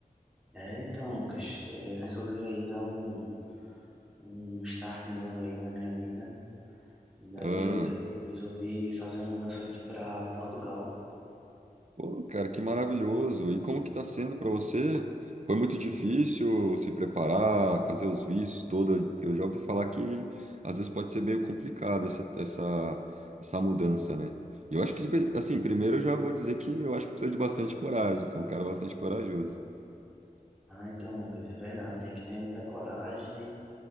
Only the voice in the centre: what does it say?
É, então, Lucas, é, eu resolvi aí dar um, um start novo aí na minha vida. E daí
eu resolvi fazer a mudança aqui para Portugal.
Ah, então, Lucas, é verdade, tem que ter muita coragem